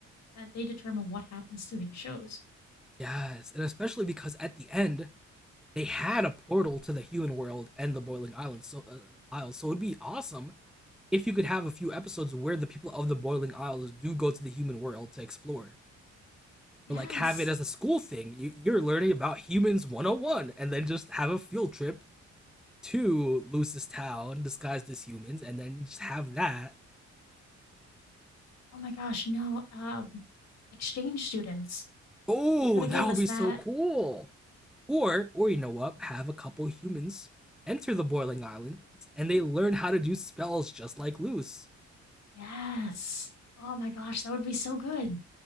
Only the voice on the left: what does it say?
that they determine what happens to these shows.
Yes.
Oh my gosh, no. Um, exchange students.
They could have
gave
us
that.
Yes. Oh my gosh, that would be so good.